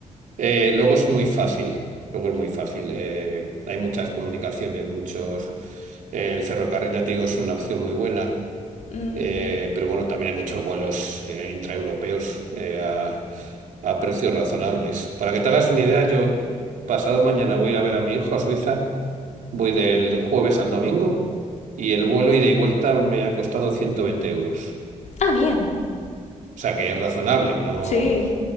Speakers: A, on the right; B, on the left.
A: Eh, luego es muy fácil, luego es muy fácil. eh, hay muchas comunicaciones, muchos... El ferrocarril, ya te digo, es una opción muy buena.
B: Mm,
A: Eh, pero bueno, también hay muchos vuelos eh, intraeuropeos eh, a, a precios razonables. Para que te hagas una idea, yo pasado mañana voy a ir a ver a mi hijo a Suiza, voy del jueves al domingo y el vuelo ida y vuelta me ha costado 120 euros.
B: Ah, bien.
A: O sea que es razonable, no,
B: Sí.